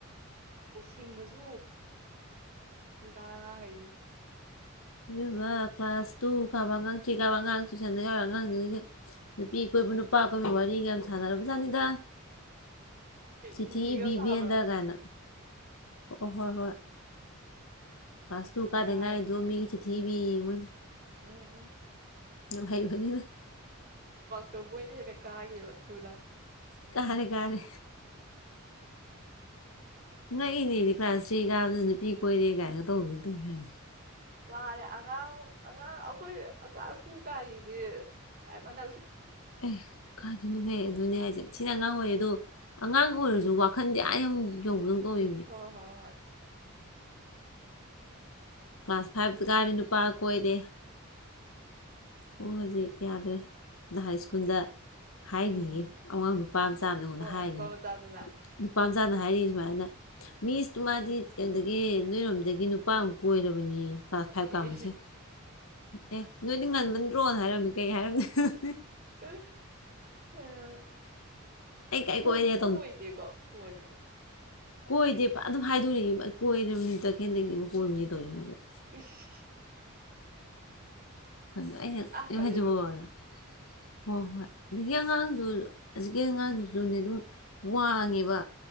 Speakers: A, on the right; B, on the left.
A: ꯊꯤꯡꯕꯁꯨ ꯍꯧꯖꯤꯛꯀꯥꯟ ꯑꯉꯥꯡꯒꯩꯖꯦ
B: ꯏꯕꯦꯝꯃ ꯀ꯭ꯂꯥꯁ ꯇꯨ ꯀꯥꯕ ꯑꯉꯥꯡ ꯇ꯭ꯔꯤꯀꯥꯕ ꯑꯉꯥꯡ ꯇ꯭ꯨꯏꯁꯟꯗ ꯌꯥꯎꯔꯤ ꯑꯉꯥꯡ ꯗꯨꯗꯗꯤ ꯅꯨꯄꯤ ꯀꯣꯏꯕ ꯅꯨꯄꯥ ꯀꯣꯏꯕꯩ ꯋꯥꯔꯤꯒ ꯌꯥꯝ ꯁꯥ ꯁꯥꯟꯅꯔꯕꯖꯥꯠꯅꯤꯗ ꯆꯤꯊꯤ
A: ꯆꯤꯊꯤꯒ
B: ꯏꯕꯤ
A: ꯐꯥꯕ꯭ꯔꯣ
B: ꯕꯦꯟꯗ ꯀꯥꯏꯅ ꯑꯣ ꯍꯣꯏ ꯍꯣꯏ ꯀ꯭ꯂꯥꯁ ꯇꯨ ꯀꯥꯗ
A: ꯌꯥꯏ
B: ꯉꯥꯏꯔꯤꯗꯣ ꯃꯤꯒꯤ ꯆꯤ ꯊꯤ ꯏꯕꯤꯑꯦ ꯃꯣꯏꯅ
A: ꯎꯝ ꯎꯝ
B: ꯌꯥꯝ ꯍꯩꯕꯅꯤꯅ
A: ꯇꯣꯝꯕꯣꯏꯅ ꯍꯦꯟꯅ ꯀꯥꯒꯤꯕ ꯊꯨꯅ
B: ꯀꯥꯔꯦ ꯀꯥꯔꯦ ꯉꯛꯏꯅꯦꯗꯤ ꯀ꯭ꯂꯥꯁ ꯊ꯭ꯔꯤ ꯀꯥꯕꯗꯨꯅ ꯅꯨꯄꯤ ꯀꯣꯏꯔꯦ ꯒꯥꯏꯅ ꯇꯧꯕꯗꯨ ꯇꯣꯏ ꯃꯌꯥꯝꯁꯦ
A: ꯋꯥꯔꯦ ꯑꯉꯥꯡ ꯑꯉꯥꯡ ꯑꯩꯈꯣꯏ ꯀ꯭ꯂꯥꯁ ꯇꯨ ꯀꯥꯏꯖꯤꯗꯤ ꯀꯥꯏ ꯃꯥꯟꯞ
B: ꯑꯦ ꯀꯥꯏꯗꯩꯅꯨꯍꯦ ꯑꯗꯨꯅꯦ ꯍꯥꯏꯖꯤ ꯌꯥꯝ ꯊꯤ ꯑꯉꯥꯡ ꯑꯣꯏꯌꯦ ꯑꯗꯣ ꯑꯉꯥꯡ ꯑꯣꯏꯔꯁꯨ ꯋꯥꯈꯟꯗꯤ ꯑꯥ ꯌꯧ ꯌꯧꯕꯗꯧ ꯇꯧꯋꯤꯃꯤ
A: ꯍꯣ ꯍꯣ ꯍꯣꯏ
B: ꯀ꯭ꯂꯥꯁ ꯐꯥꯏꯚ ꯀꯥꯔꯗꯤ ꯅꯨꯄꯥ ꯀꯣꯏꯔꯦ ꯍꯣ ꯍꯧꯖꯤꯛ ꯌꯥꯗ꯭ꯔꯦ <unintelligible> ꯅꯍꯥꯏꯁ꯭ꯀꯨꯜꯗ ꯍꯥꯏꯔꯤꯌꯦ
A: ꯎꯝ
B: ꯑꯉꯥꯡ ꯅꯨꯄꯥ ꯃꯆꯥꯝꯑꯝꯅ ꯑꯩꯉꯣꯟꯗ
A: ꯑꯣ
B: ꯍꯥꯏꯔꯤ
A: ꯅꯨꯄꯥ ꯃꯆꯥꯗꯨꯅ
B: ꯅꯨꯄꯥꯝꯆꯥꯅ ꯍꯥꯏꯔꯤ ꯁꯨꯃꯥꯏꯅ ꯃꯤꯁ ꯇꯨ ꯃꯥꯗꯤ ꯀꯩꯅꯣꯗꯒꯤ ꯅꯣꯏꯔꯣꯝꯗꯒꯤ ꯅꯨꯄꯥ ꯑꯝ ꯀꯣꯏꯔꯕꯅꯦꯌꯦ ꯀ꯭ꯂꯥꯁ ꯐꯥꯏꯚ
A: ꯏ
B: ꯀꯥꯕ ꯃꯁꯦꯟ ꯑꯦ ꯅꯣꯏꯅ ꯗꯤ ꯉꯟꯃꯟꯗ꯭ꯔꯣꯅ ꯍꯥꯏꯔꯝꯃꯤ ꯀꯩ ꯍꯥꯏꯔꯝꯗꯣꯏ
A: <unintelligible>
B: ꯑꯩ ꯀꯥꯏ
A: ꯀꯣꯏꯁꯨ
B: ꯀꯣꯏꯔꯦ
A: ꯀꯣꯏꯗꯦꯀꯣ ꯃꯣꯏꯁꯦ
B: ꯀꯣꯏꯗꯦꯕ ꯑꯗꯨꯝ ꯍꯥꯏꯗꯣꯔꯤꯕ ꯀꯣꯏꯔꯝꯅꯤ ꯇꯈꯦꯜꯗꯒꯤ ꯑꯃ <unintelligible>
A: ꯏꯁ
B: ꯈꯣꯏꯅ ꯑꯩꯅ ꯀꯩꯅꯣ
A: ꯈꯜꯂꯤꯗꯣ
B: ꯍꯥꯏꯖꯤꯕꯣꯅ ꯍꯣ ꯍꯣꯏ ꯍꯨꯖꯤꯛꯀꯤ ꯑꯉꯥꯡꯗꯨ ꯍꯖꯤꯛꯀꯤ ꯑꯉꯥꯡꯗꯨꯖꯨꯅꯦ ꯑꯗꯨꯝ ꯋꯥꯡꯉꯦꯕ